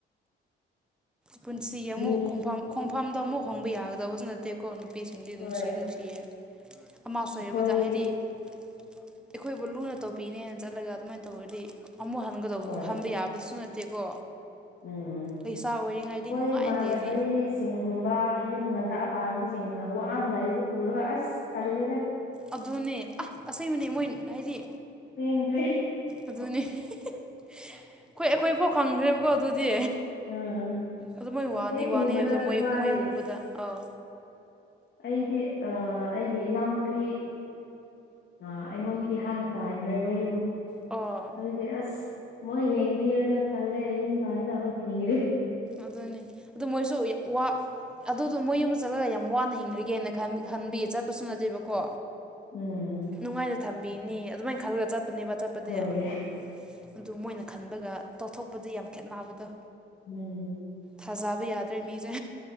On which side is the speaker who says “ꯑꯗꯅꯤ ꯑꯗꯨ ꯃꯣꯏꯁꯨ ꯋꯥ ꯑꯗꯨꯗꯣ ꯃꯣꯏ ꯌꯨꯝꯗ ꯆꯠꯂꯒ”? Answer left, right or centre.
Centre